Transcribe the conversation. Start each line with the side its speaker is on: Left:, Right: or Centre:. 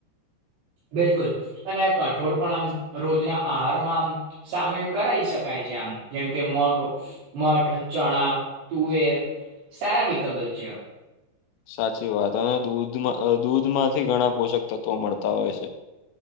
Right: બિલકુલ અને કઠોળ પણ આમ રોજના આહારમાં આમ સામેલ કરી શકાય છે આમ જેમ કે મગ મઠ, ચણા, તુવેર સારા વિકબલ છે.
Left: સાચી વાત અને દૂધમાં દૂધમાંથી ઘણા પોષક તત્વો મળતા હોય છે.